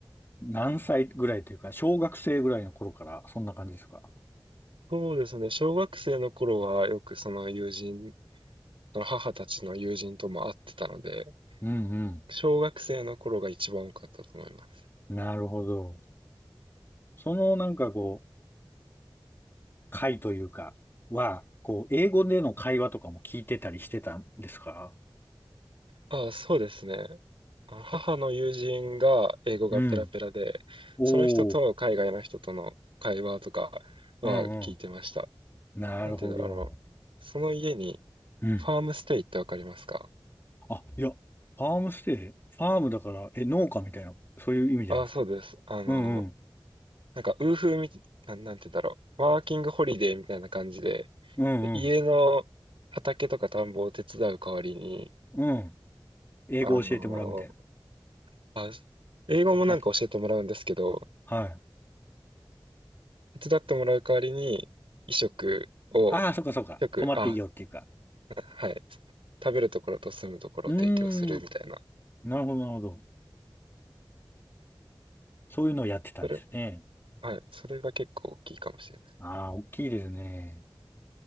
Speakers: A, on the left; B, on the right.
A: 何歳ぐらいというか、小学生ぐらいの頃から、そんな感じですか
B: そうですね、小学生の頃はよくその友人、その母たちの友人とも会ってたので、
A: うん
B: 小学生の頃が一番多かったと思います。
A: うん。なるほど。そのなんかこう、会というか、は、こう、英語での会話とかも聞いてたりしてたんですか
B: あ、そうですね。あ母の友人が英語がペラペラで、
A: うん。おー。
B: その人と海外の人との会話とかは聞いてました。
A: うんうん。なるほど。
B: なんていうんだろう、あの、その家に
A: うん。
B: ファームステイってわかりますか
A: あ、いや、ファームステイ、ファームだから、え、農家みたいな、そういう意味じゃなくて。
B: あ、そうです。あの、
A: うんうん。
B: なんか、ウーフーみ、なん、なんていうんだろう、ワーキングホリデーみたいな感じで、
A: うんうん。
B: 家の畑とか田んぼを手伝う代わりに、
A: うん。英語教えてもらうみたいな。
B: あの、あ、英語もなんか教えてもらうんですけど、
A: あ、はい。
B: 手伝ってもらう代わりに、衣食を、
A: ああ、そっかそっか。
B: 食、
A: 泊まっていいよっていうか。
B: あ、はい、食べるところと住むところを提供するみたいな。
A: うーん。なるほど、なるほど。そういうのをやってたんですね。
B: それ、はい、それが結構大きいかもしれない。
A: ああ、大きいですね。